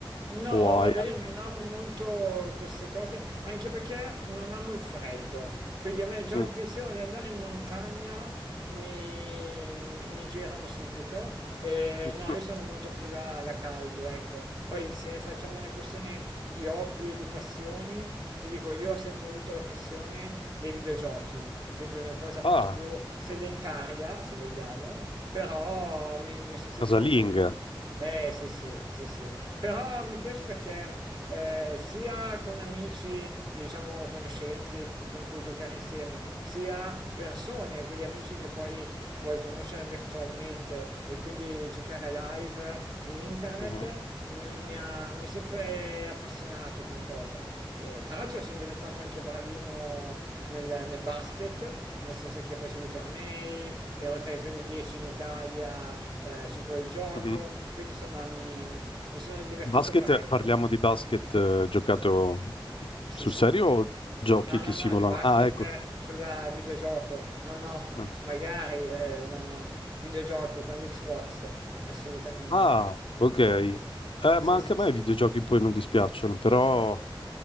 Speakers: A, on the right (about 55°); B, on the left (about 85°).
A: No,
B: o
A: guarda,
B: hai altri...
A: io non amo molto queste cose, anche perché non amo il freddo, quindi a me già
B: Mm.
A: il pensiero di andare in montagna mi, mi- mi girano subito. E
B: <laughs>
A: no, io sono molto più da, da caldo, ecco. Poi se ne facciamo una questione di hobby e di passioni, ti dico, io ho sempre avuto la passione dei videogiochi, quindi una cosa molto
B: Ah,
A: più sedentaria, se vogliamo, però mi mi sono sempre
B: casalinga.
A: piaciuti. Eh sì, sì, sì, sì, però mi piace perché eh, sia con amici, diciamo conoscenti con cui giocare insieme, sia persone, quegli amici che poi puoi conoscere virtualmente e quindi giocare live in internet,
B: Mhm.
A: mm, mi ha, mi è sempre appassionato come cosa. Eh, tra l'altro sono diventato anche bravino nel, nel basket, nel senso che facevo i tornei, ero tra i primi dieci in Italia eh, su quel gioco,
B: Mhm.
A: quindi insomma mi, mi sono divertito
B: Basket,
A: parecchio.
B: eh, parliamo di basket eh, giocato
A: Sì,
B: sul
A: sì.
B: serio o giochi
A: No,
B: che
A: no,
B: simulano?
A: no, di basket
B: Ah, ecco.
A: eh, sulla videogioco, no, no,
B: Ah,
A: <laughs> magari, eh, no, no, videogioco con l'Xbox, assolutamente.
B: Ah, ok. Eh,
A: Sì,
B: ma anche
A: sì,
B: a me
A: sì.
B: i videogiochi poi non dispiacciono, però